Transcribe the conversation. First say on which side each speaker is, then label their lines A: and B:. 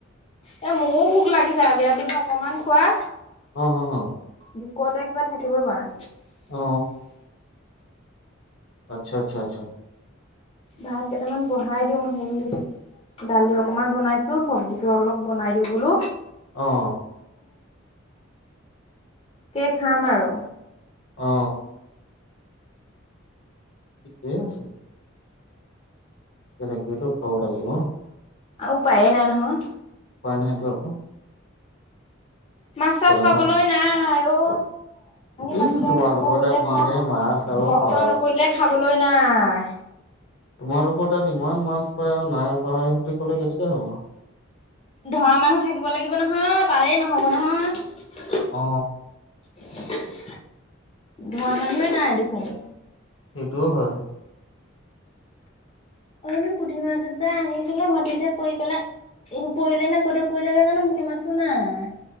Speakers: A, on the left (about 30°); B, on the left (about 70°).
A: এ মোৰো ভোক লাগিছে, আজি ৰাতিপুৱা অকমান খোৱা
B: অ হ-হ
A: ভোকতে কিবা থাকিবই পাৰা
B: অ আচ্ছা-আচ্ছা-আচ্ছা
A: ভাত কেইটামান বহাই দিওঁ, সেই দালি অকমান বনাইছো চব্জিটো অলপ বনাই দিওঁ বোলো।
B: অ
A: কে খাম আৰু,
B: অ ঠিকেই আছে। তেনেকেইটো খব লাগিব।
A: উপ উপায় নাই নহয়।
B: পোৱা নাইটো আকৌ,
A: মাছ চাছ
B: যেনে
A: পাবলৈ
B: তেনে
A: নাই। নাই ঔ
B: এই
A: পাতিলে
B: তোমালোকৰ
A: কষ্ট কৰিলে
B: তাত যিহে
A: খা
B: মাছ আৰু
A: কষ্ট
B: বা
A: নকৰিলে খাবলৈ নাই
B: তোমালোকৰ তাত ইমান মাছ পায়, আৰু নাই পায় বুলি ক'লে কেনেকে হ'ব।
A: ধৰা মানুহ থাকিব লাগিব নহয় পালেই নহব নহয়।
B: অ
A: <inaudible> ধৰা মানুহে নাই দেখোন।
B: সেইটোও হয়।
A: এই পুঠি মাছ এটাই আহিছিলে মাটিতে পৰি পেলাই পৰিলে নে গোতে পৰিলেগে জানো পুঠি মাছটো নাই।